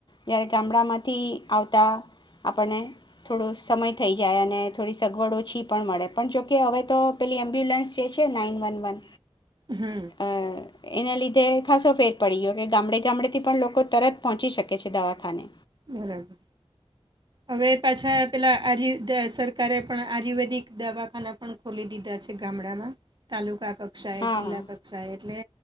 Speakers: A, on the left (about 45°); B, on the right (about 45°).
A: જ્યારે ગામડામાંથી આવતા આપણને થોડો સમય થઈ જાય અને થોડી સગવડ ઓછી પણ મળે પણ જોકે હવે તો પેલી એમ્બ્યુલન્સ જે છે નાઈન વન વન.
B: હમ
A: અ એના લીધે. ખાસો ફેર પડી ગયો કે ગામડે ગામડેથી પણ લોકો તરત પહોંચી શકે છે દવાખાને.
B: બરારાબર. હવે પાછા પેલા આજ. સરકારે પણ આયુર્વેદિક દવાખાના પણ ખોલી દીધા છે ગામડામાં તાલુકા ક. કક્ષાએ
A: હા
B: જિલ્લા
A: હા
B: કક્ષાએ એટલે.